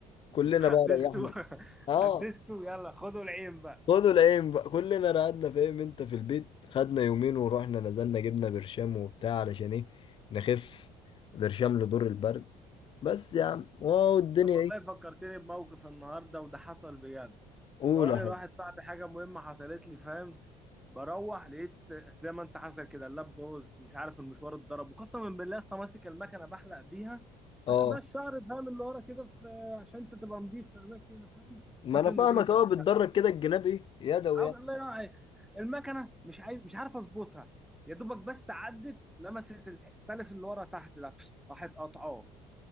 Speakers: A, in the centre; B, on the left.
A: <laughs>
B: كلنا
A: حدثته
B: بقى ريحنا
A: <laughs>
B: اه
A: حدثته يلا خدوا العين بقى
B: خدوا العين بقى كلنا قعدنا فاهم انت في البيت خدنا يومين ورحنا نزلنا جبنا برشام وبتاع علشان ايه نخف برشام لدور البرد بس يا عم واو الدنيا
A: طب والله
B: ايه
A: فكرتني بموقف النهارده وده حصل بجد
B: قول
A: بوري
B: يا حب
A: لواحد صاحبي حاجة مهمة حصلت لي فاهم بروح لقيت زي ما انت حصل كده اللاب بوظ مش عارف المشوار اتضرب وقسما بالله اصلا ماسك المكنة بحلق بيها بحلق
B: اه
A: بيها الشعر فاهم اللي ورا كده في آه، عشان انت تبقى نضيف في اماكن كده فاهم
B: ما
A: الناس
B: انا
A: النضيفة
B: فاهمك اهو
A: دي
B: بتدرج
A: بتاع.
B: كده الجناب ايه يدوي
A: أب-
B: يعني
A: الله ينور عليك. المكنة مش عايز مش عارف اظبطها يا دوبك بس عدت لمست السلف اللي ورا تحت ده بش، راحت قاطعاه